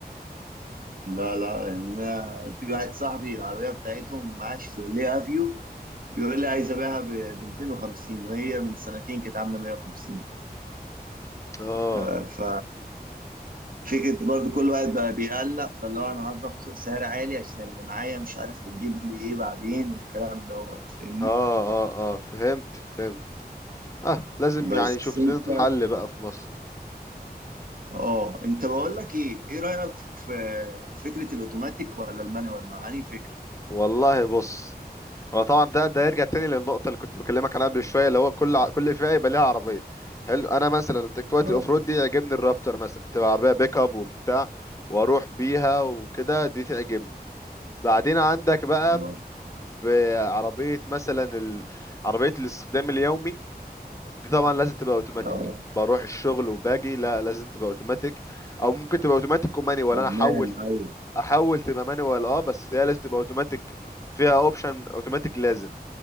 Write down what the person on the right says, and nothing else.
لا لا يعني أنا في واحد صاحبي العربية بتاعتهم معاه شيفروليه افيو بيقول لي عايز
ابيعها ب 250 وهي من سنتين كانت عاملة 150
آه، ف فكرة برضو كل واحد بقى بيقلق فاللي هو انا هضرب سعر عالي عشان اللي معايا مش عارف تجيب لي ايه بعدين والكلام دوت فاهمني
بس
انت
اه انت بقول لك ايه ايه رأيك في فكرة الاوتوماتيك ولا المانيوال معاني فكرة
اه
اه
اه
فهمان
ايوه